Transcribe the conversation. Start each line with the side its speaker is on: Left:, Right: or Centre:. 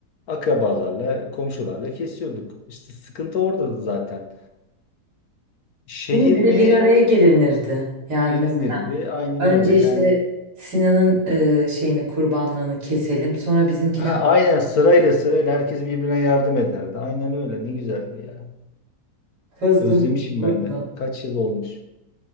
Left: akrabalarla, komşularla kesiyorduk. İşte sıkıntı orada zaten. Şehir
Right: Değil mi? Bir
Left: mi
Right: de bir araya gelinirdi. Yani
Left: gelinirdi? Aynen
Right: Önce
Left: öyle.
Right: işte
Left: Yani
Right: Sinan'ın e, şeyini kurbanlığını keselim. Sonra bizimkini
Left: ha, aynen sırayla sırayla herkes birbirine yardım ederdi. Aynen öyle. Ne güzeldi ya.
Right: hızlı
Left: Özlemişim
Right: hızlı olurdu.
Left: ben de. Kaç yıl olmuş.